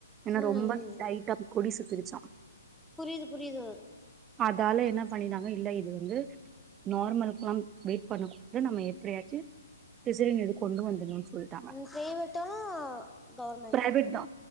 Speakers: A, on the right; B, in the centre.
A: என்னா
B: ம்
A: ரொம்ப
B: ம்
A: டைட்டா கொடி சுத்திக்குச்சா
B: புரியுது புரியுது
A: அதால என்ன பண்ணிடாங்க இல்ல இது வந்து நார்மலுக்குல்லா வெயிட் பண்ண கூடாது நம்ம எப்படியாச்சு சிசரியன் இது கொண்டு வந்தணும்ன்னு சொல்லிட்டாங்க
B: <unintelligible> கவர்மெண்ட்
A: பி்ரைவேட் தா